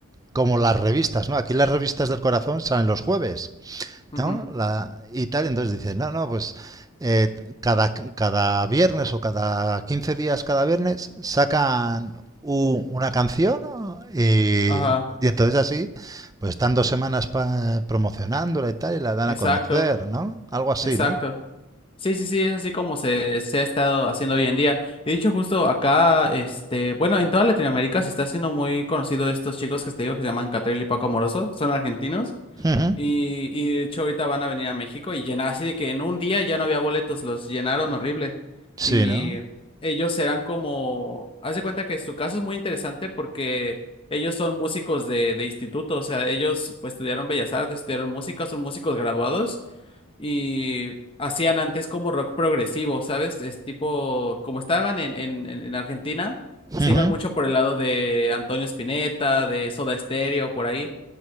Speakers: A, on the right; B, on the left.
A: como las revistas, ¿no? Aquí las revistas del corazón salen los jueves,
B: ujú,
A: ¿no? La, y tal, entonces dicen, no, no, pues eh, cada, cada viernes o cada 15 días, cada viernes, sacan u- una canción ¿no? y,
B: ajá,
A: y entonces así, pues están dos semanas pa- promocionándola y tal y la dan
B: exacto,
A: a conocer, ¿no? Algo así,
B: exacto.
A: ¿no?
B: Sí, sí, sí, es así como se, se ha estado haciendo hoy en día. Y dicho justo acá, este, bueno, en toda Latinoamérica se está haciendo muy conocido estos chicos que te digo que se llaman Catril y Paco Moroso, son argentinos.
A: Ujú.
B: Y, y de hecho ahorita van a venir a México y llenar, así de que en un día ya no había boletos, los llenaron horrible.
A: Sí,
B: Y
A: ¿no?
B: ellos serán como, haz de cuenta que su caso es muy interesante porque ellos son músicos de, de instituto, o sea, ellos pues, estudiaron Bellas Artes, estudiaron música, son músicos graduados y hacían antes como rock progresivo, ¿sabes? Es tipo, como estaban en, en, en en Argentina,
A: Ujú,
B: se iban mucho por el lado de Antonio Spinetta, de Soda Stereo, por ahí,